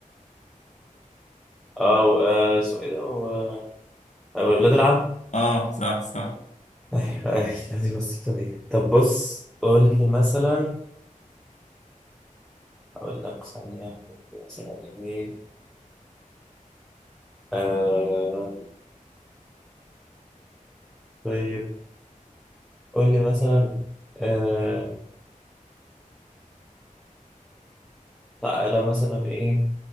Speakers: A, in the centre; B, on the left (about 55°).
A: و- آه، اسمه ايه ده و- آه، ولاد العم
B: اه صح صح
A: <laughs> ايوه أيوة، لا دي بسيطة دي طب بص قول لي مثلا اقول لك ثانية قول لي مثلا ايه آه... طيب قول لي مثلا آه، تعالى مثلا ايه